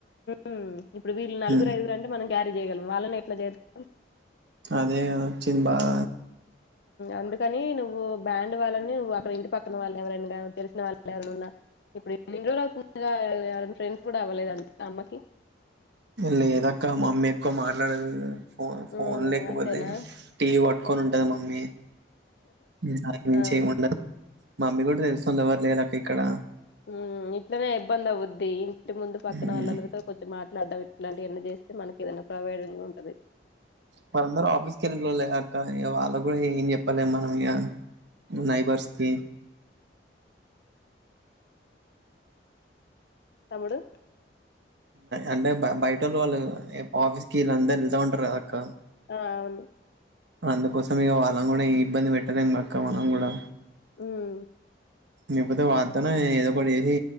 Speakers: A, on the left; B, on the right.
A: ఉమ్, ఇప్పుడు వీళ్ నలుగురు,
B: హ్మ్.
A: ఐదుగురు అంటే మనం క్యారీ చేయగలము వాళ్ళని ఎట్ల చేస్తాం.
B: అదే గదా వచ్చిన్ బాధ
A: అందుకనీ నువ్వు బ్యాండ్ వాళ్ళని నువ్వు అక్కడ ఇంటి పక్కన వాళ్ళన్ ఎవరైనగా తెలిసిన వాళ్ ఎవరైన ఉన్నా ఇప్పుడు ఇన్ని రోజుల్ అవుతుందిగా ఎవరన్న ఫ్రెండ్స్ గుడా అవ్వలేదడి అమ్మకి
B: లేదక్క మమ్మీ ఎక్కో మాట్లాడదు ఫో ఫోన్
A: ఉమ్
B: లేకపోతే
A: అంతేనా
B: టీవీ పట్టుకొన్ ఉంటది మమ్మీ దానికి మించి
A: ఆ
B: ఏం ఉండదు. మమ్మీక్ గుడ తెలిసినోళ్ళు ఎవర్ లేలక్క ఇక్కడా
A: మ్ ఇట్లనే ఇబ్బందవ్వుద్ది ఇంటి ముందు పక్కన
B: హ్మ్.
A: వాళ్ళందర్తో కొంచం మాట్లాడం ఇట్లాంటి వన్నీ చేస్ మనకి ఏదైనా ప్రొవైడ్ంగ్ ఉంటది
B: మల్ల అందరూ ఆఫీస్కి వెళ్ళలే అక్క ఇక వాళ్ళు కూడా ఏం చెప్పాలేంమనం ఇక నైబర్స్కి
A: తమ్ముడు
B: అంటే బ బయట వాళ్ళు ఆఫీస్కి వీళ్ళందరూ వెళ్తా ఉంటారు కద అక్క
A: ఆ అవును
B: అందుకోసం ఇక వాళ్ళం కూడా ఏం ఇబ్బంది పెట్టలేం అక్క మనం కూడా
A: మ్
B: ఇ పోతే వార్తను ఏదో ఒకటి చేసి